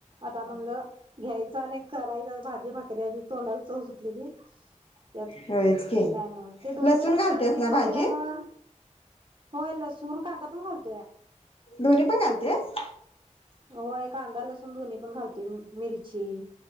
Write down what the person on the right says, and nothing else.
तर म्हणलं घ्यायच आणि करायचंच भाजी भाकरी आधीच तोंडाला चव सुटलेली त्यात
काय म्ह ते दोन
दिवस कस
ट्रिपला
गेल्यामुळ होय लस सूण कांदा पण घालतोया.
व्हय. कांदा लसूण दोन्ही पण घालते मिरची